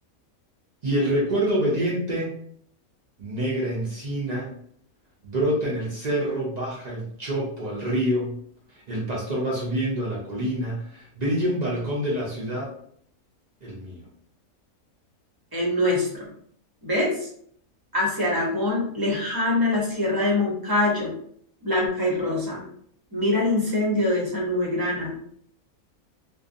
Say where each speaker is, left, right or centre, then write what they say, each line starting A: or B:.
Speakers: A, on the right; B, on the right.
A: Y el recuerdo obediente, negra encina, brota en el cerro, baja el chopo al río, el pastor va subiendo a la colina, brilla un balcón de la ciudad, el mío.
B: El nuestro. ¿Ves? Hacia Aragón, lejana la sierra de Moncayo, blanca y rosa. Mira el incendio de esa nube grana.